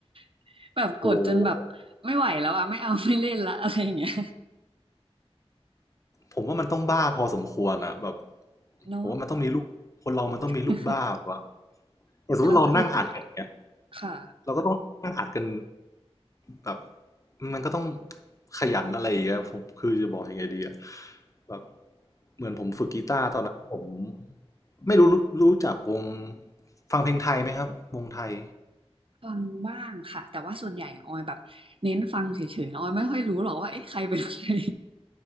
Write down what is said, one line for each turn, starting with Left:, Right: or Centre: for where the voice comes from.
Right: <laughs> แบบกดจนแบบไม่ไหวแล้วอ่ะไม่เอาไม่เล่นละอะไรอย่างเงี้ย
Left: โอ้โหผมว่ามันต้องบ้าพอสมควรอะแบบ
Right: <laughs> เนาะ
Left: ผมว่ามันต้องมีลูกคนเรามันต้องมีลูกบ้าแบบว่า
Right: <laughs>
Left: อย่างสมมติเรานั่งอัดกันอย่างเงี้ย
Right: แล้วคือต้องค่ะ
Left: เราก็ต้องนั่งอัดกันแบบมันก็ต้องขยันอะไรอย่างเงี้ยผมคือจะบอกยังไงดีอะแบบเหมือนผมฝึกกีตาร์ตอนนั้นผมไม่รู้รู้รู้จักวงฟังเพลงไทยไหมครับวงไทย
Right: ฟังบ้างค่ะแต่ว่าส่วนใหญ่อะออยแบบเน้นฟังเฉยๆนะออยไม่ค่อยรู้หรอกว่าเอ๊ะใครเป็นใคร